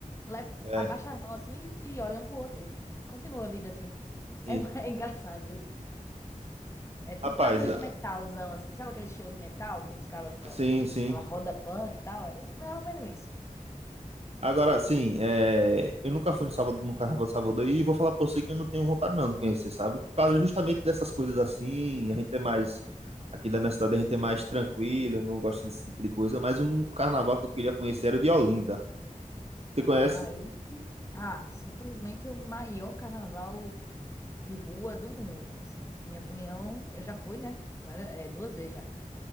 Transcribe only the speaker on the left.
le-
abaixam as mãos assim e, e olham pro outro e continua a vida assim.
É, <laughs> é engraçado, viu? É tipo
naqueles
metalzão assim, sabe aquele show de metal que os caras ficam,
aquela roda punk e tal? É mais ou menos isso.
Ah,
esse- ah, simplesmente o maior carnaval. de rua do mundo, assim. Na minha opinião, eu já fui, né? Várias- é, duas vezes já.